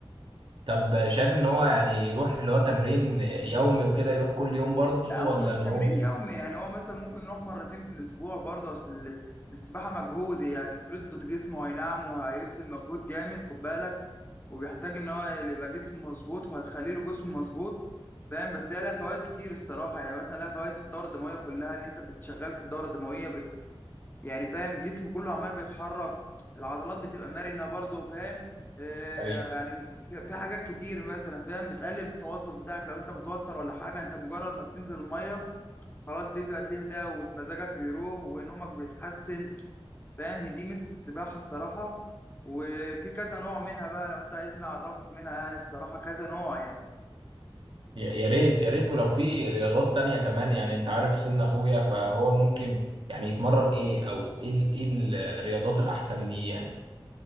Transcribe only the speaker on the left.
لا هو
مش
تمرين
يومي يعني هو مثلا ممكن يروح مرتين في الاسبوع برضه اصل ال- السباحه مجهود يعني هتفرد له جسمه اي نعم وهيبذل مجهود جامد خد بالك وبيحتاج ان هو اللي يبقى جسمه مظبوط وهتخلي له جسم مظبوط فاهم بس هي لها فوائد كتير الصراحه يعني مثلا لها فوائد في الدوره الدمويه كلها ان انت بتشغل في الدوره الدمويه بت... يعني فاهم الجسم كله عمال بيتحرك العضلات بتبقى مرنه برضه فاهم آه،
يعني في في حاجات كتير مثلا فاهم بتقلل التوتر بتاعك لو انت متوتر ولا حاجه انت مجرد ما بتنزل الميه خلاص تبدأ تهدى ومزاجك بيروح ونومك بيتحسن فاهم دي ميزة السباحة الصراحة وفي كذا نوع منها بقى لو انت عايزني اعرفك منها يعني الصراحة كذا نوع يعني